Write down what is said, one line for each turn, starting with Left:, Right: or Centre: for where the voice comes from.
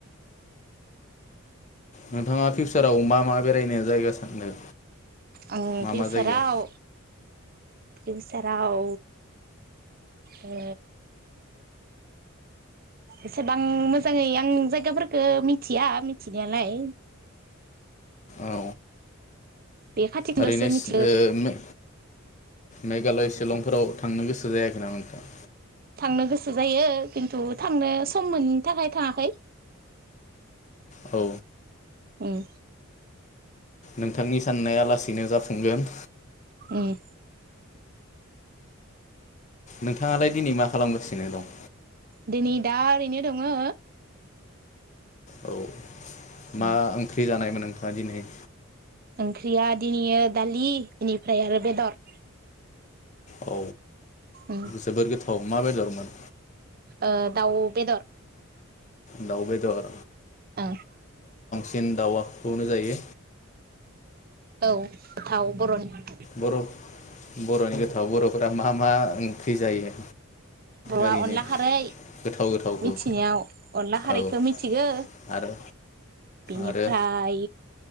Left: नोंथाङा फिउसाराव मा मा बेरायनो जायगा सानदों?
Right: आं
Left: मा
Right: फिउसाराव
Left: मा जायगायाव
Right: फिउसाराव ओ एसेबां मोजाङै आं जायगाफोरखौ मिथिया मिथिनायालाय।
Left: औ।
Right: बे खाथि होनबासो
Left: ओरैनो
Right: मिथियो।
Left: ओ मेघालय शिलंफोराव थांनो गोसो जायाखै नामा नोंथांङा?
Right: थांनो गोसो जायो खिन्थु थांनो सम मोनैनि थाखाय थांङाखै।
Left: औ।
Right: उम।
Left: नोंथांनि साननाया लासैनो जाफुंगोन।
Right: उम।
Left: नोंथांङालाय दिनै मा खालामगासिनो दं?
Right: दिनै दा ओरैनो दंङो।
Left: औ
Right: उम
Left: मा ओंख्रि जानायमोन? नोंथाङा दिनै
Right: ओंख्रिया दिनैयो दालि इनिफ्राय आरो बेदर।
Left: औ
Right: उम
Left: जोबोर गोथाव मा बेदरमोन?
Right: ओ दाउ बेदर।
Left: दाव बेदर
Right: ओ।
Left: चिकेन दावांखौनो जायो।
Right: औ दाव बर'नि
Left: बर' बर'नि गोथाव बर'फोरा मा मा ओंख्रि जायो?
Right: बर'आ
Left: ओरैनो
Right: अनला खारै
Left: गोथाव गोथावखौ
Right: मिथिनायाव अनला खारैखौ
Left: औ
Right: मिथिगो
Left: आरो
Right: बेनिफ्राय
Left: आरो